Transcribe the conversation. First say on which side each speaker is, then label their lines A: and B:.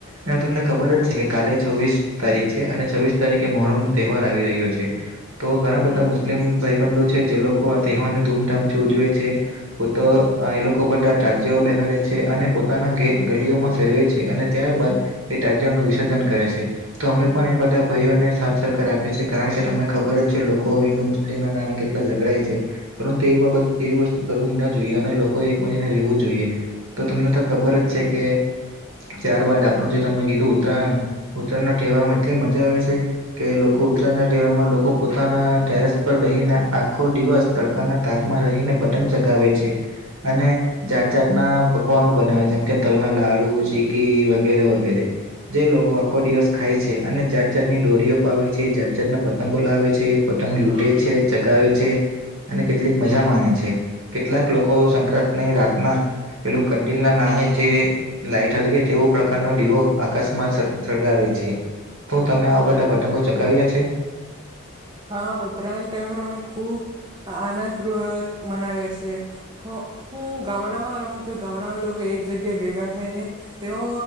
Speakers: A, on the right; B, on the right.
A: અને તમને ખબર જ છે કે કાલે છવ્વીસ તારીખ છે અને છવ્વીસ તારીખે મોહ્રમ નો તહેવાર આવી રહ્યો છે તો ઘણા બધા મુસ્લિમ ભાઈબંધો છે જે લોકો આ તહેવારને ધૂમધામથી ઉજવે છે પુત આ એ લોકો લોકો બધા રાજ્ય બેહારે છે છે અને પોતાના ગલીઓમાં ફેરવે છે અને ત્યારબાદ એ તાજાઓનું વિસર્જન કરે છે તો અમે પણ એ બધા ભાઈઓને સાથે સરખ રાખી છીએ કારણ કે તમને ખબર જ છે લોકો હિન્દુ મુસ્લિમ કેટલા ઝઘડાય છે પરંતુ એ બાબત એવી વસ્તુ કરવી ન જોઈએ અને લોકો એક મળીને રહેવું જોઈએ તો તમને તો ખબર જ છે કે ત્યારબદ આપણું જે તમે કીધું ઉત્તરાયણ ઉત્તરાયણના તહેવારમાં એટલી મજા આવે છે કે લોકો ઉત્તરાયણના ટેરમાં લોકો પોતાના ટેરેસ પર બેહીને આખો દિવસ તડકાના તાપમાં રહીને પ પતંગ ચગાવે છે અને જાત જાતના પકવાનો બનાવે જેમ કે તલના લાડુ ચીકી વગેરે વગેરે જે લોકો આખો દિવસ ખાય છે અને જાત જાતની ડોરીઓ પાવે છે જાત જાતને પતંગો લાવે છે પો ત લૂંટે છે ચગાવે છે અને કેટલીક મજા માણે છે કેટલાક લોકો સંક્રાંતની રાતના પેલું કંડિલ ના નામે જે લાઈટ હલગ તેવું કાર ન દીવો આકાશમાં સળગાવે છે તું તમે આવા બધા પતંગો ચગાવ્યા છે
B: હા ઉત્તરાયણ તહેવાર અમે ખુબ આનંદપૂર્વક મનાવીએ છેએ હું ગામડામાં રહું છું ગામડામાં લોકો એક જગ્યા ભેગા થાય ને તેઓ